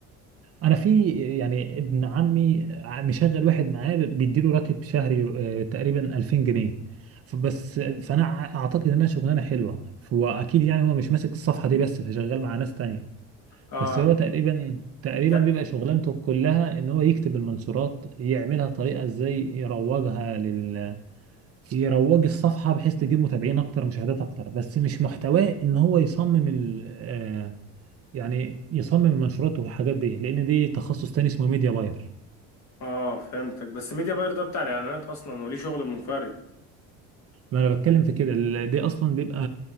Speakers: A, on the right; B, on the left.
A: انا في يعني ابن عمي مشغل واحد معاه بيديله راتب شهري آه، تقريبا 2000 جنيه ف- بس فانا اعتقد انها شغلانه حلوه هو اكيد يعني هو مش ماسك الصفحه دي بس فشغال مع ناس تانية
B: اه
A: بس هو تقريبا تقريبا
B: ت-
A: بيبقى شغلانته كلها ان هو يكتب المنشورات يعملها طريقه ازاي يروجها لل يروج الصفحه بحيث تجيب متابعين اكتر مشاهدات اكتر بس مش محتواه ان هو يصمم ال... آه، يعني يصمم منشوراته والحاجات دي لان دي تخصص تاني اسمه ميديا باير
B: اه فهمتك بس ميديا باير ده بتاع الإعلانات أصلا وليه شغل منفرد
A: ما انا بتكلم في كده ال- دي اصلا بيبقى